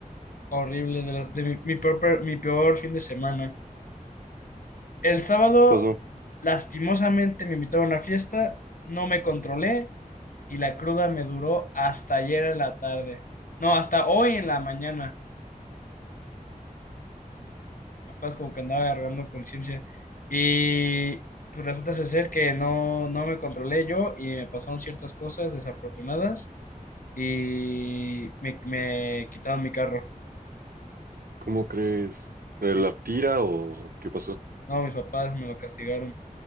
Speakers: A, on the left; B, on the right.
A: Horrible de, la- de mi, mi peor, per- mi peor fin de semana. El sábado,
B: pasó?
A: lastimosamente, me invitaron a una fiesta, no me controlé y la cruda me duró hasta ayer en la tarde. No, hasta hoy en la mañana. Capaz como que andaba agarrando conciencia. Y pues resulta ser que no, no me controlé yo y me pasaron ciertas cosas desafortunadas y me, me quitaron mi carro.
B: ¿Cómo crees? ¿Eh,
A: Sí.
B: ¿La tira o qué pasó?
A: No, mis papás me lo castigaron.